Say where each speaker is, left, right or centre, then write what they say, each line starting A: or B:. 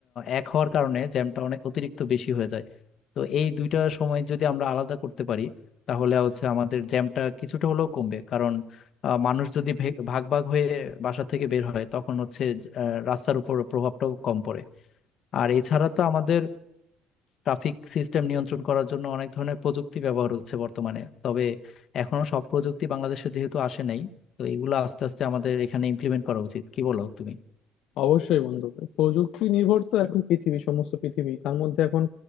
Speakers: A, on the left; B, on the left.
A: এক হওয়ার কারণে জ্যামটা অনেক অতিরিক্ত বেশি হয়ে যায় তো এই দুইটা সময় যদি আমরা আলাদা করতে পারি তাহলে হচ্ছে আমাদের জ্যামটা কিছুটা হলেও কমবে কারণ আহ, মানুষ যদি ভে- ভাগ ভাগ হয়ে বাসা থেকে বের হয় তখন হচ্ছে আহ, রাস্তার উপর প্রভাবটাও কম পড়ে আর এছাড়া তো আমাদের ট্রাফিক সিস্টেম নিয়ন্ত্রণ করার জন্য অনেক ধরনের প্রযুক্তি ব্যবহার হচ্ছে বর্তমানে তবে এখনো সব প্রযুক্তি বাংলাদেশে যেহেতু আসে নাই তো এগুলো আস্তে আস্তে আমাদের এখানে ইমপ্লিমেন্ট করা উচিত কি বলো তুমি
B: অবশ্যই বন্ধু এই প্রযুক্তি নির্ভর তো এখন পৃথিবী সমস্ত পৃথিবী তার মধ্যে এখন